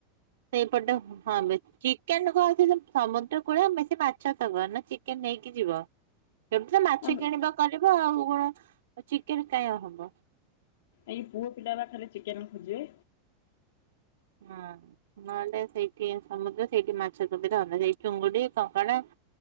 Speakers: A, on the right; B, on the left.
A: ସେଇପଟ, ହଁ ବେ ଚିକେନ କ ସମୁଦ୍ର କୂଳ ବେଶି ମାଛ ଥବ ନା ଚିକେନ ନେଇକି ଯିବ। ସେଠୁ ତ ମାଛ
B: ଆଉ
A: କିଣିବା କରିବ, ଆଉ କଣ ଚିକେନ କାହିଁ ହବ?
B: ଆ ପୁଅ ପିଲା ପାଖରେ ଚିକେନ ଖୋଜିବେ।
A: ହଁ। ନହେଲେ, ସେଇଠି ସମୁଦ୍ର, ସେଇଠି ମାଛ ସୁବିଧା, <unintelligible> ସେଇ ଚୁଙ୍ଗୁଡି କଙ୍କଡା।